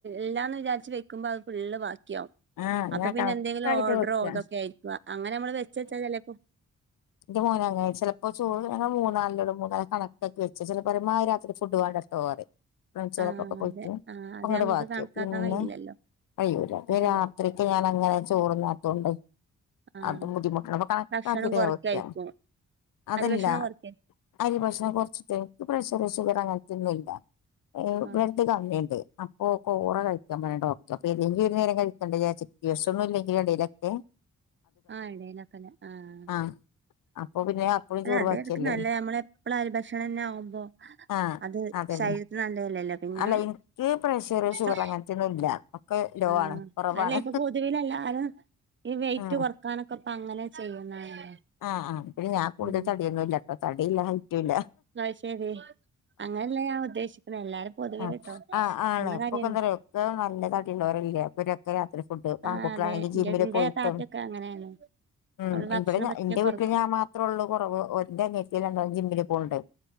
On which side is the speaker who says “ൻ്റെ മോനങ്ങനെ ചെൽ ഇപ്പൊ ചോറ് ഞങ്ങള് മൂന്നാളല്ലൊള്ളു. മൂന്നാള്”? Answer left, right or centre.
Left